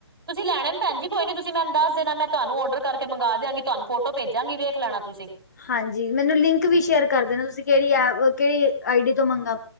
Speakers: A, on the right (about 55°); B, on the left (about 40°).
A: ਤੁਸੀਂ ਲੈਣੇ ਭੈਣਜੀ ਕੋਈ ਨੀ ਤੁਸੀਂ ਮੈਨੂੰ ਦੱਸ ਦੇਣਾ ਮੈਂ ਤੁਹਾਨੂੰ ਔਡਰ ਕਰਕੇ ਮੰਗਵਾ ਦਿਆਂਗੀ ਤੁਹਾਨੂੰ ਫੋਟੋ ਭੇਜਾਂਗੀ ਵੇਖ ਲੈਣਾ ਤੁਸੀਂ।
B: ਹਾਂਜੀ ਮੈਨੂੰ ਲਿੰਕ ਵੀ ਸ਼ੇਅਰ ਕਰ ਦੇਣਾ ਤੁਸੀਂ ਕਿਹੜੀ ਐਪ ਕਿਹੜੀ ਆਈ ਡੀ ਤੋਂ ਮੰਗਾ